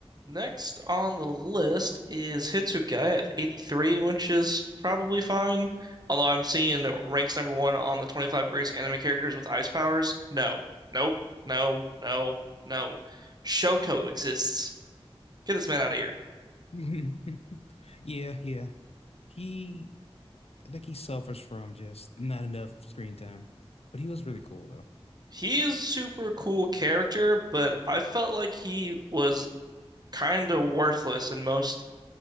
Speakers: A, on the right (about 40°); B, on the left (about 75°).
A: Next on the list is Hitsugai at 83, which is probably fine. Although I'm seeing it ranks number one on the 25 greatest anime characters with ice powers. No. Nope. No. No. No. Shoto exists. Get this man out of here.
B: <laughs> Yeah, yeah. He, I think he suffers from just not enough screen time, but he was really cool though.
A: He is a super cool character, but I felt like he was kind of worthless in most